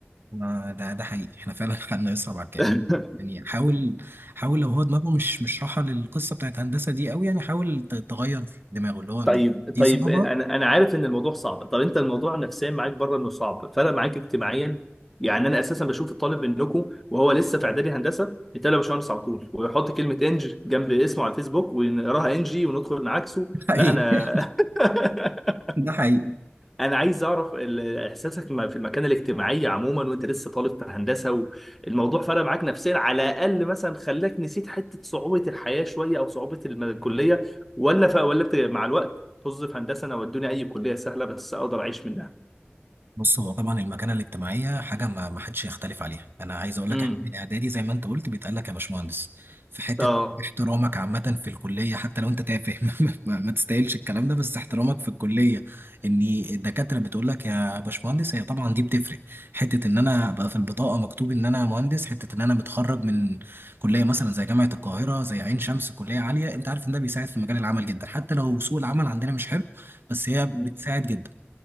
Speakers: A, on the right; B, in the centre.
A: ما ده ده حقيقي احنا فعلا <laughs> حالنا يصعب على الكافر
B: <laughs>
A: يعني حاول حاول لو هو دماغه مش مش راحه للقصه بتاعت هندسه دي قوي يعني حاول ت- تغير دماغه اللي هو إن
B: طيب
A: دي
B: طيب
A: صعبه
B: انا انا عارف ان الموضوع صعب طب انت الموضوع نفسيا معاك بره انه صعب فرق معاك اجتماعيا يعني انا اساسا بشوف الطالب منكم وهو لسه في اعدادي هندسه يتقال يا باشمهندس على طول ويحط كلمه انج جنب اسمه على الفيسبوك ونقراها انجي وندخل نعكسه
A: <laughs> حقيقي
B: لا انا <laughs>
A: ده حقيقي
B: انا عايز اعرف ال- احساسك م- في المكانه الاجتماعيه عموما وانت لسه طالب في هندسه والموضوع فرق معاك نفسيا على الاقل مثلا خلاك نسيت حته صعوبه الحياه شويه او صعوبه الم- الكليه ولا ف... ولا بت... مع الوقت طز في هندسه انا ودوني اي كليه سهله بس اقدر اعيش منها
A: بص هو طبعا المكانه الاجتماعيه حاجه ما ما حدش يختلف عليها انا عايز اقول لك
B: امم
A: احنا من اعدادي زي ما انت قلت بيتقال لك يا باشمهندس في حته
B: اه
A: احترامك عامه في الكليه حتى لو انت تافه <laughs> ما, ما ما تستاهلش الكلام ده بس احترامك في الكليه ان الدكاتره بتقول لك يا باشمهندس هي طبعا دي بتفرق حته ان انا ابقى في البطاقه مكتوب ان انا مهندس حته ان انا متخرج من كليه مثلا زي جامعه القاهره زي عين شمس كليه عاليه انت عارف ان ده بيساعد في مجال العمل جدا حتى لو سوق العمل عندنا مش حلو بس هي
B: مم.
A: بتساعد جدا